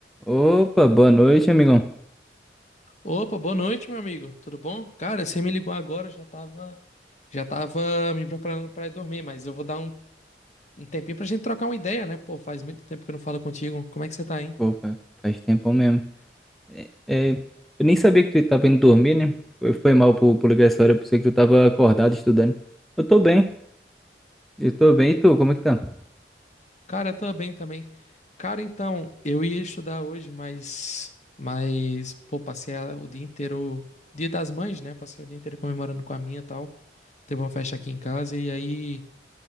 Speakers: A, in the centre; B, on the left.
A: Opa, boa noite, amigão.
B: Opa, boa noite, meu amigo. Tudo bom? Cara, você me ligou agora, eu já tava, já tava me preparando pra ir dormir, mas eu vou dar um, um tempinho pra gente trocar uma ideia, né? Pô, faz muito tempo que eu não falo contigo. Como é que você tá, hein?
A: Pô, fa- faz tempo mesmo. É, é, eu nem sabia que tu tava indo dormir, né? Foi, foi mal por, por ligar essa hora, eu pensei que tu tava acordado estudando. Eu tô bem, eu tô bem. E tu, como é que tá?
B: Cara, eu tô bem também. Cara, então, eu ia estudar hoje, mas, mas, pô, passei a- o dia inteiro, Dia das Mães, né? Passei o dia inteiro comemorando com a minha e tal. Teve uma festa aqui em casa e aí